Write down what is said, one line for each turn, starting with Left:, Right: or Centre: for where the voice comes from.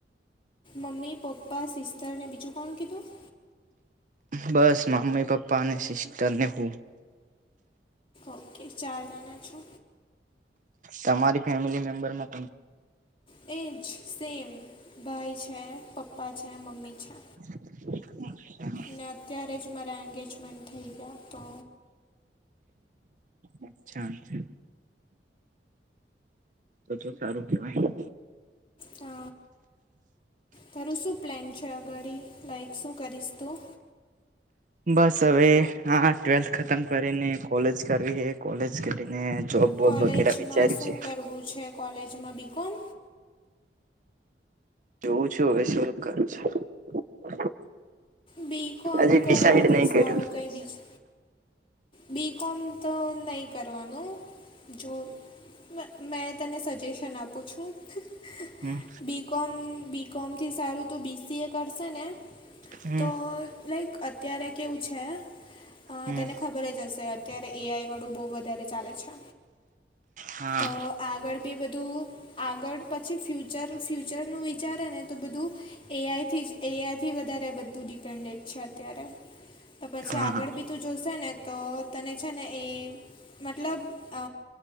Left: મમ્મી પપ્પા સિસ્ટરને બીજું કોણ કીધું?
Right: બસ મમ્મી પપ્પા અને સિસ્ટરને હું.
Left: ઓકે ચાર જણા છો.
Right: તમારી ફેમિલી મેમ્બરમાં
Left: તેજ સેમ ભાઈ છે પપ્પા છે મમ્મી છે.
Right: <inaudible>
Left: ને અત્યારે જ મારા એંગેજમેન્ટ થઈ ગયા તો
Right: <unintelligible> તો તો સારું કેવાય.
Left: હ તારું શું પ્લેન છે અગાળી લાઈક શું કરીશ તું?
Right: બસ હવે હા ટ્વેલ્થ ખતમ કરીને કોલેજ કરવી કોલેજ કરીને જોબ બોબ
Left: કોલેજમાં
Right: વગેરા વિચાર્યું
Left: શું
Right: છે
Left: કરવું છે કોલેજમાં બીકોમ
Right: જોઉં છું હવે <unintelligible>
Left: બી કોમ
Right: હજી ડિસાઈડ
Left: કરવાથી
Right: નહી
Left: સારું
Right: કર્યું
Left: કંઈ બીજુ બી કોમ તો નહી કરવાનું જો મેં મેં તને સજેશન આપું છું <unintelligible>
Right: હમ
Left: બી કોમ બી કોમથી સારું તો બીસીએ કરશેને
Right: હમ
Left: તો લાઈક અત્યારે કેવું છે અ
Right: હમ
Left: તેને <unintelligible> અત્યારે એઆઈ વાળું બોહુ વધારે ચાલે છે
Right: હા
Left: અ આગળ ભી બધું આગળ પછી ફ્યુચર ફ્યુચરનું વિચારે નેતો બધું. એઆઈથી જ એઆઈથી વધારે બધું ડિપેન્ડેટ છે અત્યારે. તો પછી
Right: હા
Left: આગળ ભી તું જો શે ને? તો તને છે ને એ મતલબ અ